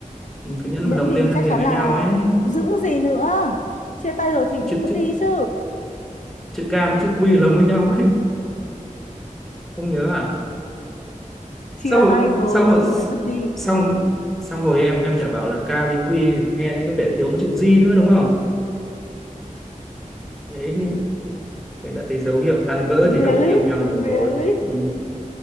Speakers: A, in the centre; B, on the left.
A: ừ. cái nhẫn
B: nhẫn
A: mà đồng
B: thì
A: tiền hai
B: chắc
A: người
B: chắn
A: với
B: là
A: nhau ấy
B: giữ gì nữa chia tay rồi thì vẫn
A: chữ
B: vứt
A: chữ
B: đi chứ
A: chữ K với chữ Q lồng với nhau ấy không nhớ à
B: chia
A: xong hồi
B: tay rồi
A: xong hồi
B: thì phải vứt đi
A: xong xong hồi em em chả bảo là ca với quy nghe như có vẻ thiếu một chữ G nữa đúng không đấy nhưng đấy đã thấy dấu hiệu tan vỡ
B: really
A: chỉ trong lúc yêu nhau
B: really
A: rồi ừ.